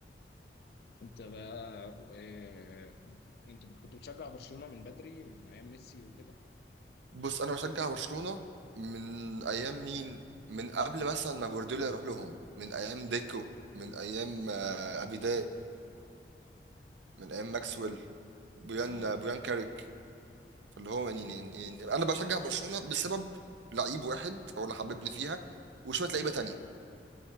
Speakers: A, on the left; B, on the right.
A: انت بقى آه، انت كنت بتشجع برشلونة من بدري من ايام ميسي وكده
B: بص انا بشجع برشلونه من ايام مين من قبل مثلا ما جوارديولا يروح لهم من ايام ديكو من ايام آه، ابيدال من ايام ماكسويل بويان
A: مم.
B: آه، بويان كاريك اللي هو يعني
A: مم.
B: يعني- يعني انا بشجع برشلونه بسبب لعيب واحد هو اللي حببني فيها وشويه لعيبه تانية